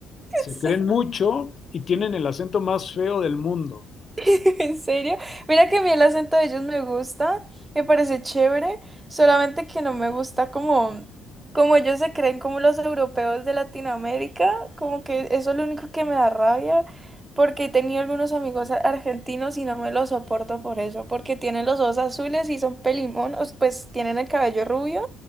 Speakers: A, on the right; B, on the left.
A: <laughs>
B: se creen
A: sí
B: mucho y tienen el acento más feo del mundo.
A: <laughs> ¿En serio? Mira que a mí el acento de ellos me gusta, me parece chévere, solamente que no me gusta como, como ellos se creen como los europeos de Latinoamérica, como que eso es lo único que me da rabia, porque he tenido algunos amigos a- argentinos y no me los soporto por eso, porque tienen los ojos azules y son pelimonos, pues tienen el cabello rubio